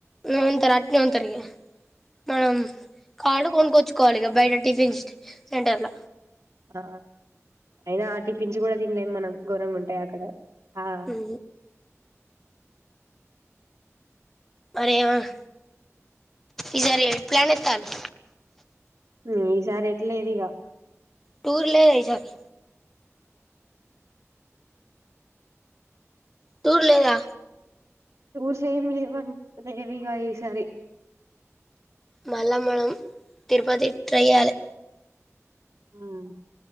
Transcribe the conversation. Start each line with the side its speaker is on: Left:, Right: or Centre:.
Centre: హ్ ఉంతారు అట్నే ఉంతారు ఇగా మనం కాళ్ళు కొనుక్కొచ్చుకోవాలి. ఇగా బయట టిఫిన్స్ సెంటర్ల
Right: ఆ అయినా ఆ టిఫిన్స్ కూడా తినలేం. మనం ఘోరంగా ఉంటాయి. అక్కడ ఆ
Centre: హ్ మరి ఏం అన్ ఇసరీ ఏటు ప్లన్ ఎత్తళ్ళు
Right: హ్ ఈ సారి ఎట్లేదు ఇగా
Centre: టూర్ లేదా ఈ సారి టుర్ లేదా
Right: టూర్స్ ఏం లేవం లేవీగా ఈ సారి
Centre: మల్ల మనం తిరుపతి ట్రై చెయ్యలే
Right: హ్